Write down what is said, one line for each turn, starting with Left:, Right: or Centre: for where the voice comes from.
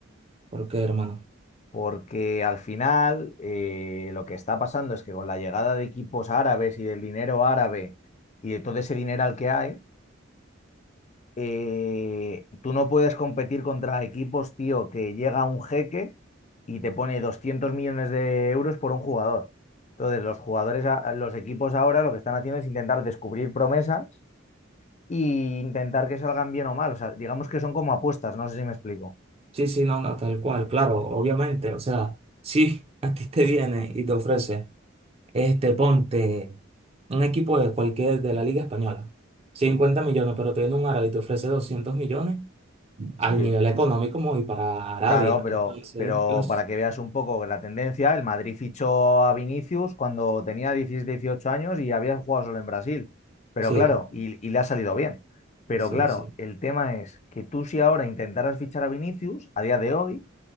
Right: porque hermano.
Left: Porque al final eh, lo que está pasando es que con la llegada de equipos árabes y del dinero árabe y de todo ese dinero al que hay, eh, tú no puedes competir contra equipos, tío, que llega un jeque y te pone 200 millones de euros por un jugador. Entonces, los jugadores, a- los equipos ahora lo que están haciendo es intentar descubrir promesas e intentar que salgan bien o mal. O sea, digamos que son como apuestas, no sé si me explico.
Right: Sí, sí, no, no, tal cual, claro, obviamente, o sea, sí, <laughs> a ti te viene y te ofrece, este, ponte un equipo de cualquier de la Liga Española, 50 millones, pero te viene un árabe y te ofrece 200 millones al
Left: Sí.
Right: nivel económico como y para Arabia.
Left: Claro, pero,
Right: Entonces,
Left: pero
Right: los,
Left: para que veas un poco la tendencia, el Madrid fichó a Vinicius cuando tenía diecisiete, dieciocho años y había jugado solo en Brasil. Pero
Right: sí,
Left: claro, y, y le ha salido bien. Pero
Right: sí,
Left: claro,
Right: sí.
Left: el tema es que tú si ahora intentaras fichar a Vinicius, a día de hoy,